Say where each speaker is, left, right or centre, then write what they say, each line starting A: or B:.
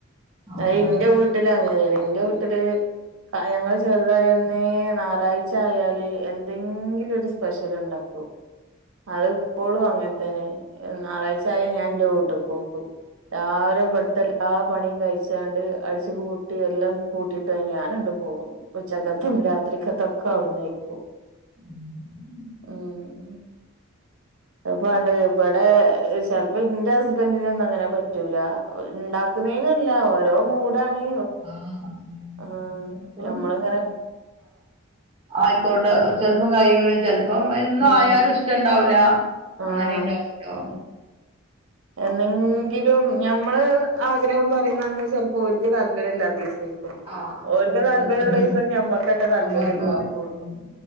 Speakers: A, on the right (about 25°); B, on the right (about 70°).
A: അപ്പൊ
B: അത് ഇന്റെ വീട്ടില് അങ്ങനെയാണ് ഇന്റെ വീട്ടില് ഞങ്ങള് ചെറുതായിന്നെ ഞായറാഴ്ച ആയാല് എന്തെങ്കിലും ഒരു സ്പെഷ്യൽണ്ടാക്കും അത്പ്പോളും അങ്ങനെ തന്നെ ഞായറാഴ്ച ആായ ഞാൻ ഇൻ്റെ വൂട്ടിക്ക്കോകും രാവിലെ ഇവ്ത്തെല്ലാ പണിയും കഴിച്ചാണ്ട് അടിച്ച് പൂട്ടി എല്ലാം പൂട്ടിയിട്ട് ഞാനാട്ട് പോവും ഉച്ചക്കത്തേം രാത്രിക്കത്തേം ഒക്കവിട്ന്നായിക്കൂ
A: അഹ്
B: അഹ് അത് ഇവിടെ ചിലപ്പോ ഇന്റെ ഹസ്ബൻ്റിന് ഒന്നും അങ്ങനെ പറ്റൂല ഉണ്ടാക്ക് വേനല്ല ഓരോ മൂടാണ്
A: ആഹ് അതന്നെ
B: ആ
A: എപ്പളും
B: നമ്മള് ഇങ്ങനെ
A: ആയിക്കൊണ്ട് ചിലപ്പം കയ്യൂല ചെൽപ്പൊ ഇപ്പം എന്നും
B: ഉം
A: ആയാലും ഇഷ്ടം ഇണ്ടാവൂല
B: ആഹ്
A: അങ്ങനെണ്ടാവല്ലോ
B: എന്നെങ്കിലും ഞമ്മള് ആഗ്രഹം പറയുന്നന്ന് ചിലപ്പോ ഓല്ക്ക് താല്പര്യം ഇല്ലാതെദിവസയെക്കും
A: ആഹ്
B: ഓര്ക്ക്
A: ശരിയാണത്
B: താല്പര്യം
A: ഉം.
B: ഉള്ള ദിവസം ഞമ്മക്കട്ടെ താല്പര്യം
A: അമ്മക്ക്
B: ഉണ്ടാവൂല്ല
A: ഉം